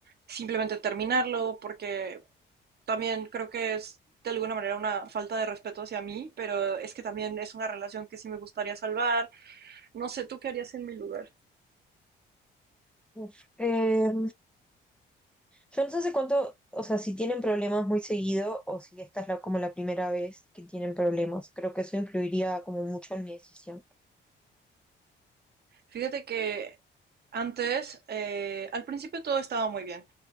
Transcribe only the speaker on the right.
simplemente terminarlo, porque también creo que es de alguna manera una falta de respeto hacia mí, pero es que también es una relación que sí me gustaría salvar. No sé, ¿tú qué harías en mi lugar?
Fíjate que antes, eh, al principio todo estaba muy bien,